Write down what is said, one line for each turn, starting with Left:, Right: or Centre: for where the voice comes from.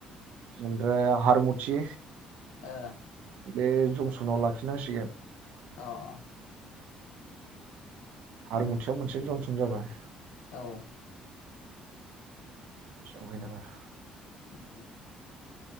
Right: ओनफ्राय हारमुथि
Left: अ
Right: बे जंसन आव लांफिनांसिगोन
Left: अ ओ
Right: आरो
Left: उम
Right: मुथियाव मोनसे जनसम जाबाय
Left: औ
Right: <inaudible>
Left: ओम